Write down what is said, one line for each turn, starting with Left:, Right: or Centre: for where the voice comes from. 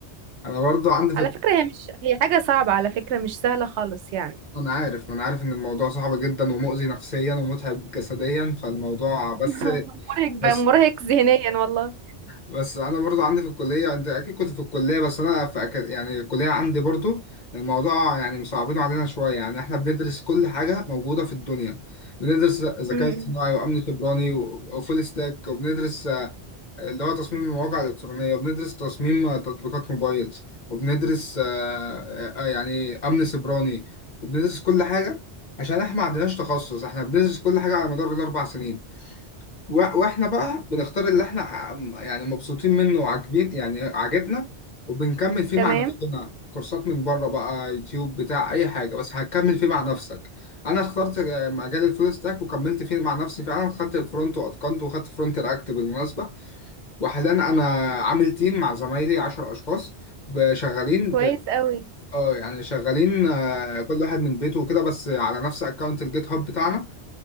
Left: انا برضو عندي في
Right: على فكرة هي مش هي حاجة صعبة على فكرة مش سهلة خالص يعني
Left: انا عارف ما انا عارف ان الموضوع صعب جدا ومؤذي نفسيا ومتعب جسديا فالموضوع
Right: <laughs>
Left: بس
Right: مرهق بقى
Left: بس
Right: مرهق ذهنيا والله
Left: بس انا برضو عندي في الكليه انت اكيد كنت في الكليه بس انا في أك... يعني الكليه عندي برضو الموضوع يعني مصعبينه علينا شويه يعني احنا بندرس كل حاجه موجوده في الدنيا بندرس ذكاء
Right: امم
Left: اصطناعي وامن سيبراني و- وفول ستاك وبندرس آه، اللي هو تصميم المواقع الالكترونيه وبندرس تصميم آه، تطبيقات موبايل وبندرس آه، آه، يعني امن سيبراني وبندرس كل حاجه عشان احنا ما عندناش تخصص احنا بندرس كل حاجه على مدار الاربع سنين وا- واحنا بقى بنختار اللي احنا ع- يعني مبسوطين منه وعاجبين يعني عاجبنا وبنكمل فيه
Right: تمام
Left: مع نفسنا كورسات من بره بقى يوتيوب بتاع اي حاجه بس هتكمل فيه مع نفسك انا اخترت آه، مجال الفول ستاك وكملت فيه مع نفسي فعلا خدت الفرونت واتقنته وخدت فرونت رياكت بالمناسبه وحاليا انا عامل تيم مع زمايلي 10 اشخاص ب- شغالين
Right: كويس
Left: ب...
Right: قوي
Left: اه يعني شغالين آه، كل واحد من بيته وكده بس على نفس اكونت الجيت هاب بتاعنا